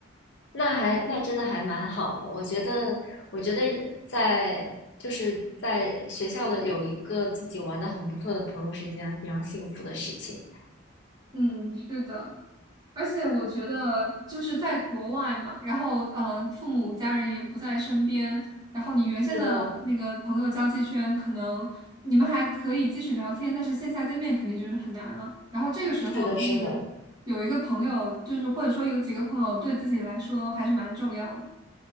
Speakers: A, on the left; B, on the right.
A: 那还那真的还蛮好的。我觉得，我觉得在就是在学校的有一个自己玩的很不错的朋友是一件非常幸福的事情。
B: 嗯，是的。而且我觉得就是在国外嘛，然后呃，父母家人也不在身边，然后你原先的那个朋友交际圈，
A: 是的，
B: 可能你们还可以继续聊天，但是线下见面肯定就是很难了。然后这个时候就是有一个朋友，
A: 是的，是的，
B: 就是或者说有几个朋友，对自己来说还是蛮重要的。